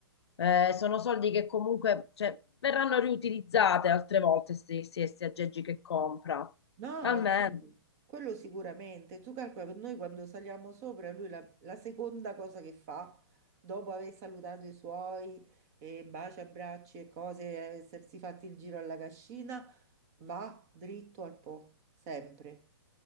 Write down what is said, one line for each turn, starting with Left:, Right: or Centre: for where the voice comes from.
Left: eh, sono soldi che comunque, cioè, verranno riutilizzate altre volte, questi aggeggi che compra.
Right: No,
Left: Almeno.
Right: sì, quello sicuramente. Tu calcola che noi quando saliamo sopra, lui la, la seconda cosa che fa, dopo aver salutato i suoi e baci, abbracci e cose, e essersi fatti il giro alla cascina, va dritto al Po, sempre.